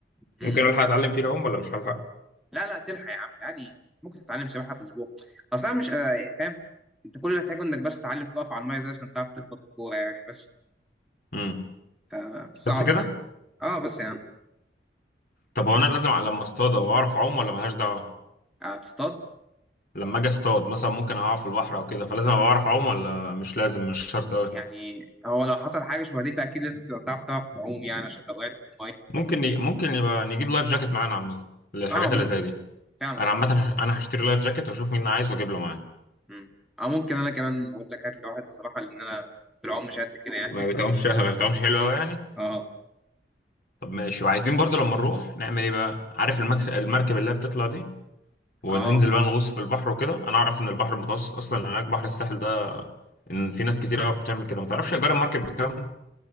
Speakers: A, in the centre; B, on the left (about 50°).
A: <laughs>
B: ممكن الحق اتعلم فيه العوم ولا مش هلحق
A: لا لا تلحق يا عم يعني ممكن تتعلم سباحه في اسبوع اصلا مش آه، فاهم انت كل اللي هتحتاجه انك بس تتعلم تقف على الميه زي عشان تعرف تخبط الكوره يعني بس
B: امم
A: آه، صعب
B: بس كده
A: يعني اه بس يعني
B: طب هو انا لازم أ- لما اصطاد واعرف اعوم ولا ملهاش دعوه
A: هتصطاد
B: لما اجي اصطاد مثلا ممكن اقع في البحر او كده فلازم ابقى اعرف اعوم ولا مش لازم مش شرط قوي
A: يعني هو لو حصل حاجه شبه دي فاكيد لازم تبقى بتعرف تعرف تعوم يعني عشان لو وقعت في الميه
B: ممكن ي... ممكن يبقى نجيب لايف جاكيت معانا عامه للحاجات
A: اه ممكن
B: اللي زي دي
A: فعلا
B: انا
A: صح
B: عامه هش- انا هشتري لايف جاكيت واشوف مين عايز واجيب له معايا
A: مم. اه ممكن انا كمان اقول لك هات لي واحد الصراحه لان انا في العوم مش قد كده يعني
B: ما
A: <laughs>
B: بتعومش <laughs> ما بتعومش حلو قوي يعني
A: اه
B: طب ماشي وعايزين برضو لما نروح نعمل ايه بقى عارف المكس... المركب اللي هي بتطلع دي وننزل
A: اه
B: بقى نغوص في البحر وكده انا اعرف ان البحر المتوسط اصلا هناك بحر الساحل ده ان في ناس كتير قوي بتعمل كده ما تعرفش ايجار المركب بكام